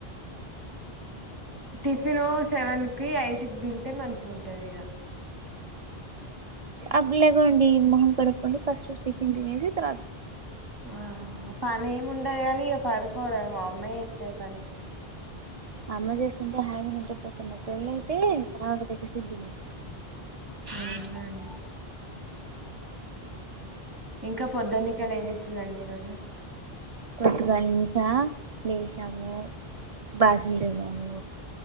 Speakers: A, on the right (about 20°); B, on the right (about 45°).
A: టిఫిన్ సెవెన్ కి ఎయిట్ కి తింటే మంచి ఉంటది ఇక
B: అబ్లగండి మహం కడకండి ఫస్ట్ వ తంది తసి త
A: ఆ పని ఏమిండదు కాని ఇక పడుకోవడ మా అమ్మాయి జెత్తది పని
B: అమ్మ చేస్తుంటే హాయి ఉంటపోతున్నా పెళ్ళయితే నాలాగ తెగ్గిసిద్ందింది
A: ఏలా అండి ఇంకా పొద్దున్నికలు ఏం చేసలాండి మీరు అసలు
B: పొద్దుగాల నుంచా లేసినాము బాసన తిగాము